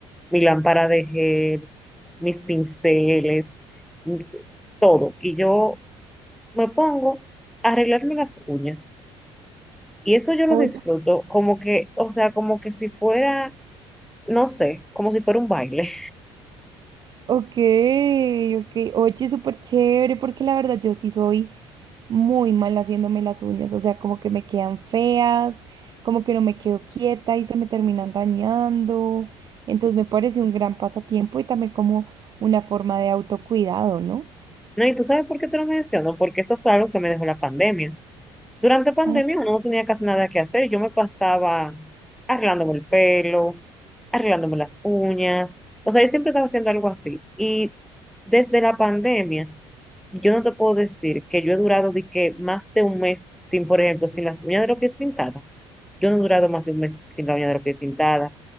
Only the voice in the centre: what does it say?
mi lámpara de gel, mis pinceles, mi- todo. Y yo me pongo a arreglarme las uñas. Y eso yo lo
disfruto como que, o sea, como que si fuera, no sé, como si fuera un baile.
No, y tú sabes por qué te lo menciono, porque eso fue algo que me dejó la pandemia. Durante pandemia
uno no tenía casi nada que hacer. Yo me pasaba arreglándome el pelo, arreglándome las uñas. O sea, yo siempre estaba haciendo algo así. Y desde la pandemia, yo no te puedo decir que yo he durado de que más de un mes sin, por ejemplo, sin las uñas de los pies pintadas. Yo no he durado más de un mes sin la uña de los pies pintada.